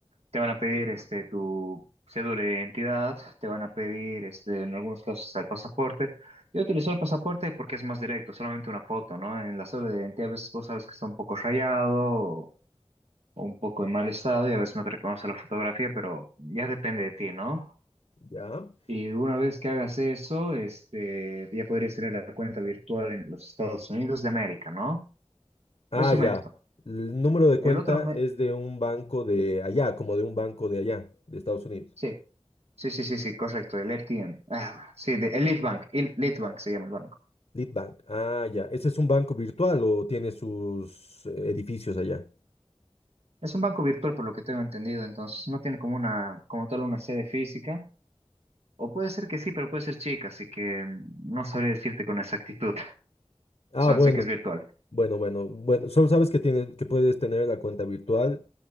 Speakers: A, on the right (about 80°); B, on the left (about 60°).
A: Te van a pedir este, tu cédula de identidad, te van a pedir este, en algunos casos hasta el pasaporte. Yo utilizo el pasaporte porque es más directo, solamente una foto, ¿no? En la cédula de identidad a veces vos sabes que está un poco rayado o, o un poco en mal estado y a veces no te reconoce la fotografía, pero ya depende de ti, ¿no?
B: ¿ya?
A: Y una vez que hagas eso, este, ya podrías tener la cuenta virtual en los Estados Unidos de América, ¿no?
B: Ah,
A: Es un
B: ya.
A: método.
B: El número de cuenta
A: El otro me-
B: es de un banco de allá, como de un banco de allá, de Estados Unidos.
A: sí, sí, sí, sí, sí, correcto, el RTM. Ah, sí, de, el Lead Bank, el Lead Bank se llama el banco.
B: Lead Bank. Ah, ya. ¿Ese es un banco virtual o tiene sus eh, edificios allá?
A: Es un banco virtual por lo que tengo entendido, entonces no tiene como una, como tal una sede física. O puede ser que sí, pero puede ser chica, así que mm, no sabría decirte con exactitud. <laughs>
B: Ah,
A: Solo
B: bueno,
A: sé que es virtual.
B: bueno, bueno, bueno. Solo sabes que tienes, que puedes tener la cuenta virtual